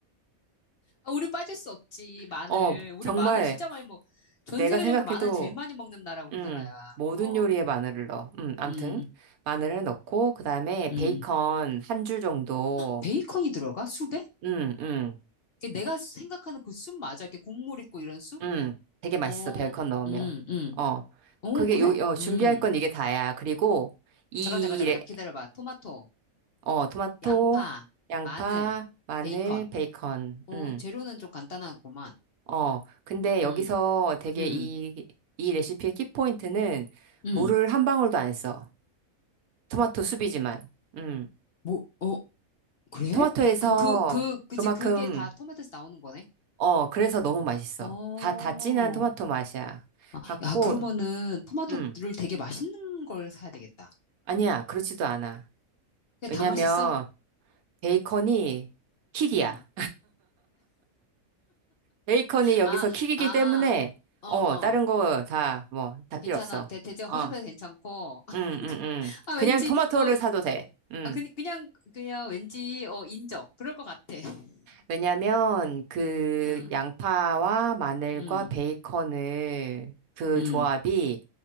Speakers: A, on the left; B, on the right.
A: 아, 우리 빠질 수 없지,
B: <laughs>
A: 마늘.
B: 어,
A: 우리
B: 정말
A: 마늘 진짜 많이 먹, 전
B: 내가
A: 세계적으로
B: 생각해도,
A: 마늘 제일 많이 먹는 나라가 우리나라야.
B: 음, 모든
A: 어,
B: 요리에 마늘을 넣어. 음, 암튼,
A: 음,
B: 마늘을 넣고, 그 다음에
A: 음.
B: 베이컨 한 줄 정도,
A: 베이컨이 들어가? 숲에?
B: 음, 음,
A: 이게 내가 생각하는 그 숲 맞아? 이렇게 국물 있고 이런 숲?
B: 음, 되게 맛있어,
A: 어,
B: 베이컨 넣으면.
A: 음, 음.
B: 어,
A: 어,
B: 그게
A: 그래?
B: 요, 어, 준비할
A: 음.
B: 건 이게 다야. 그리고, 이
A: 잠깐, 잠깐, 잠깐,
B: 레-
A: 잠깐 기다려봐. 토마토,
B: 어, 토마토,
A: 양파,
B: 양파,
A: 마늘,
B: 마늘,
A: 베이컨.
B: 베이컨.
A: 오,
B: 음.
A: 재료는 좀 간단하구만.
B: 어, 근데
A: 음,
B: 여기서 되게
A: 음,
B: 이, 이 레시피의 키포인트는
A: 음.
B: 물을 한 방울도 안 써. 토마토 수비지만. 음.
A: 뭐, 어, 그래?
B: 토마토에서
A: 그럼 그, 그, 그치,
B: 그만큼,
A: 그게 다 토마토에서 나오는 거네?
B: 어, 그래서 너무 맛있어.
A: 어.
B: 다, 다 진한 토마토 맛이야.
A: 아,
B: 갖고,
A: 야, 그러면은 토마토를
B: 음.
A: 되게 맛있는 걸 사야 되겠다.
B: 아니야, 그렇지도 않아.
A: 그다
B: 왜냐면,
A: 맛있어?
B: 베이컨이 킥이야.
A: 음.
B: 베이컨이 여기서
A: 아,
B: 킥이기
A: 아,
B: 때문에,
A: 어,
B: 어,
A: 어.
B: 다른 거 다, 뭐, 다 필요
A: 괜찮아.
B: 없어.
A: 대, 대체 허접해서
B: 어,
A: 괜찮고. <laughs>
B: 응, 응, 응.
A: 아,
B: 그냥
A: 왠지,
B: 토마토를
A: 어,
B: 사도 돼. 응.
A: 아, 그, 그냥, 그냥 왠지, 어, 인정. 그럴 것 같아. <laughs>
B: 왜냐면, 그,
A: 응.
B: 양파와 마늘과
A: 음,
B: 베이컨을, 그
A: 음,
B: 조합이,